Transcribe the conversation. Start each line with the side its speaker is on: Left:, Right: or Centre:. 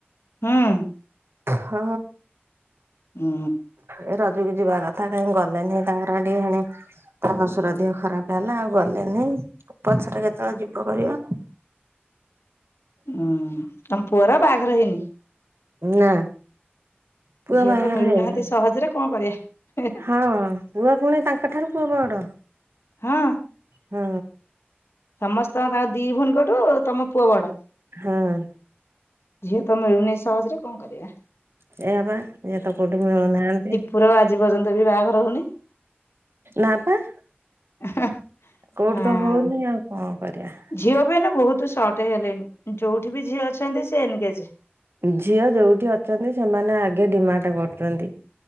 Left: ହୁଁ।
Right: ହଁ।
Left: ହୁଁ।
Right: ଏ ରଜକୁ ଯିବା କଥା କାହିଁ ଗଲେନି ତାଙ୍କର ହେଟି ହେଣି ତା ଶଶୁର ଦିହ ଖରାପ ହେଲା ଆଉ ଗଲେନି ପଛରେ କେତୋବୋଳେ ଯିବ କରିବ <inaudible>
Left: ହୁଁ ତମ ପୁଅର ବାହାଘର ହେଇନି?
Right: ନା। ପୁଅ
Left: ଝିଅ
Right: ବାହାଘର
Left: ତ ମିଳୁନାହାନ୍ତି
Right: ହେଇନି ଆଉ।
Left: ସହଜରେ କଁ କରିବା।
Right: ହଁ ପୁଅ ଫୁଣି ତାଙ୍କଠାରୁ ପୁଅ ବଡ଼।
Left: ହଁ।
Right: ହୁଁ।
Left: ସମସ୍ତ ତାଙ୍କ ଦି ଭୋଉଣୀଙ୍କଠୁ ତମ ପୁଅ ବଡ?
Right: ହଁ।
Left: ଝିଅ ତ ମିଳୁନି ସହଜରେ କଁ କରିବା।
Right: ସେୟା ପା ଝିଅ ତ କୋଉଠି ମିଳୁନାହାନ୍ତି?
Left: ପୁରବ ଆଜି ପର୍ଯ୍ୟନ୍ତ ବି ବାହାଘର ହୋଉନି।
Right: ନା ପା।
Left: <unintelligible>
Right: କୋଉଠି
Left: ହଁ
Right: ତ ହୋଉନେଇ ଆଉ କଁ କରିବା।
Left: ଝିଅ ବି ଏଇନା ବୋହୁତୁ ସର୍ଟ ହେଇଗଲେଣି ଯୋଉଠି ବି ଝିଅ ଅଛନ୍ତି ସିଏ ଏନଙ୍ଗେଜ୍।
Right: ଝିଅ ଯୋଉଠି ଅଛନ୍ତି ସେମାନେ ଆଗେ ଡିମାଣ୍ଟ କରୁଛନ୍ତି।